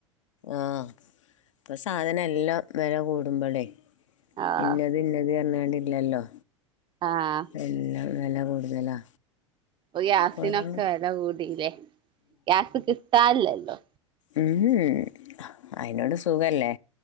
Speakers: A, on the left (about 75°); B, on the right (about 30°).
A: ആഹ ഇപ്പൊ സാധനം എല്ലാം വില കൂടുമ്പോളേ
B: ആഹ്
A: പിന്നെ പിന്നെ അതില്ലത് പറഞ്ഞോണ്ടില്ലല്ലോ
B: ആഹ്
A: എല്ലാം വില കൂടുതലാണ്
B: ഗ്യാസിനൊക്കെ
A: അപ്പോൾ ഓരോ
B: വല കൂടില്ലേ ഗ്യാസ് കിട്ടാനില്ലല്ലോ
A: ഉം അയിനോട് സുഖല്ലേ